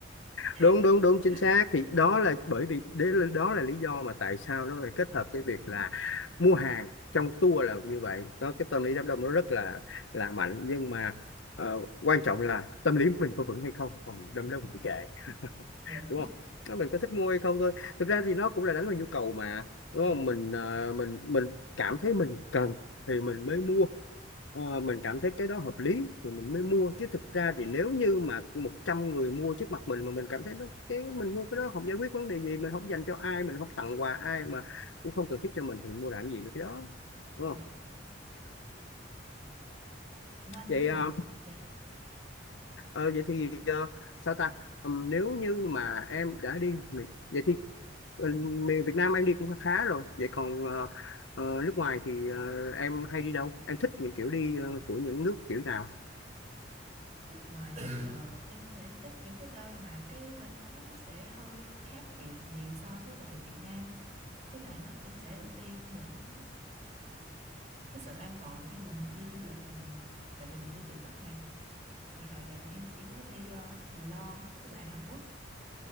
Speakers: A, on the left; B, on the right.
A: đúng
B: <laughs>
A: đúng đúng chính xác thì
B: dạ
A: đó là bởi vì đấy là- đó là lý do mà tại sao nó phải kết hợp cái việc là mua hàng trong tour là như vậy đó cái tâm lý đám đông nó rất là là mạnh nhưng mà ờ, quan trọng là tâm lý mình có vững hay không còn đám đông thì kệ <laughs>
B: dạ
A: đúng không Nó mình có thích mua hay không thôi thực ra thì nó cũng là đánh vào nhu cầu mà đúng
B: dạ
A: không mình ờ, mình mình cảm thấy mình cần thì mình mới mua Ờ, mình cảm thấy cái đó hợp lý thì mình mới mua chứ thực ra thì nếu như mà 100 người mua trước mặt mình mà mình cảm thấy nó cái mình mua cái đó không giải quyết vấn đề gì mình không dành cho ai mình không tặng quà ai mà cũng không cần thiết cho mình thì mình mua làm gì mấy cái đó đúng
B: dạ
A: không
B: Ủa anh
A: vậy
B: nhưng
A: ờ,
B: mà dạ
A: ờ, vậy thì ờ, sao ta Ừm, nếu như mà em đã đi miền- vậy thì ờ, miền Việt Nam em đi cũng khá rồi vậy còn ờ, ờ, nước ngoài thì ờ, em hay đi đâu em thích những kiểu đi ờ, của những nước kiểu nào
B: nước ngoài thì ờ, em thể thích những cái nơi mà cái văn hóa nó sẽ hơi khác biệt nhiều so với lại Việt Nam với lại nó cũng sẽ ưu tiên những cái sự an toàn khi mà mình đi du lịch ừ, tại vì mình đi tự túc mà thì hồi giờ thì em chỉ mới đi ờ, Đài Loan với lại Hàn Quốc